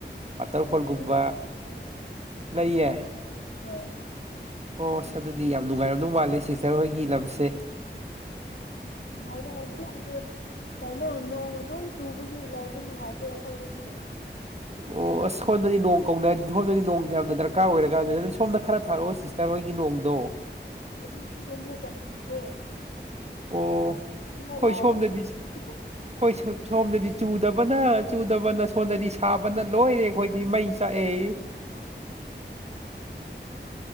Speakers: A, on the right; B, on the left.
A: ꯋꯥꯇꯔꯐꯣꯟꯒꯨꯝꯕ
B: ꯑꯣ ꯂꯩꯌꯦꯅ
A: ꯂꯩꯌꯦ꯫
B: ꯍꯣꯏ꯫
A: ꯑꯣ ꯑꯁ ꯑꯗꯨꯗꯤ ꯌꯥꯝ ꯅꯨꯡꯉꯥꯏꯔꯝꯗꯧ ꯃꯥꯜꯂꯦ ꯁꯤꯁꯇꯔ ꯍꯣꯏꯒꯤ ꯂꯝꯁꯦ꯫
B: <unintelligible> ꯀꯩꯅꯣ ꯅꯣꯡ ꯑꯗꯨꯝ ꯆꯨꯕꯒꯤ ꯂꯩꯕ ꯅꯨꯡꯉꯥꯏꯇꯦ ꯑꯩꯈꯣꯏꯗꯗꯤ
A: ꯑꯣ ꯑꯁ ꯁꯣꯝꯗꯗꯤ ꯅꯣꯡ ꯀꯧꯅꯔꯗꯤꯅꯤ ꯁꯣꯝꯗꯗꯤ ꯅꯣꯡꯗꯤ ꯌꯥꯝꯅ ꯗꯔꯀꯥꯔ ꯑꯣꯏꯔꯀꯥꯟꯖꯤꯗ ꯑꯗꯨꯗꯤ ꯁꯣꯝꯗ ꯈꯔ ꯊꯥꯔꯛꯑꯣ ꯁꯤꯁ ꯇꯔꯍꯣꯏꯒꯤ ꯅꯣꯡꯗꯣ
B: ꯍꯧꯖꯤꯛꯁꯨ ꯑꯃꯨꯛꯀ ꯆꯨꯔꯦ
A: ꯑꯣ ꯑꯩꯈꯣꯏ
B: ꯅꯣꯏ ꯂꯥꯛ
A: ꯁꯣꯝꯗꯗꯤ
B: <inaudible>
A: ꯑꯩꯈꯣꯏ ꯁꯣꯝꯗꯗꯤ ꯆꯨꯗꯕꯅ ꯆꯨꯗꯕꯅ ꯁꯣꯝꯗꯗꯤ ꯁꯥꯕꯅ ꯂꯣꯏꯔꯦ ꯑꯩꯈꯣꯏꯗꯤ ꯃꯩ ꯆꯥꯛꯑꯦ
B: <unintelligible>